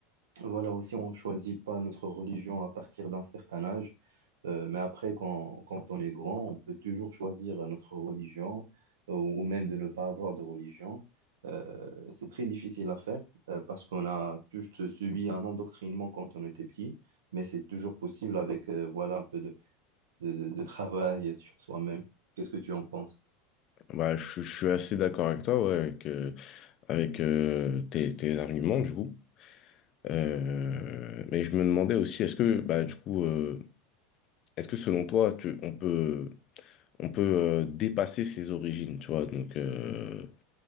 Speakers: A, on the right; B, on the left.
A: voilà, aussi, on ne choisit pas notre religion à partir d'un certain âge, Euh, mais après, quand, quand on est grand, on peut toujours choisir notre religion, euh, ou même de ne pas avoir de religion. Euh, c'est très difficile à faire, euh, parce qu'on a tous subi un endoctrinement quand on était petit, mais c'est toujours possible avec, euh, voilà, un peu de, de, de de travail sur soi-même. Qu'est-ce que tu en penses?
B: Bah, je, je suis assez d'accord avec toi, ouais, avec, euh, avec, euh, tes, tes arguments, du coup. Euh, mais je me demandais aussi, est-ce que, bah, du coup, euh, est-ce que selon toi, tu, on peut. on peut euh, dépasser ses origines, tu vois. Donc, euh,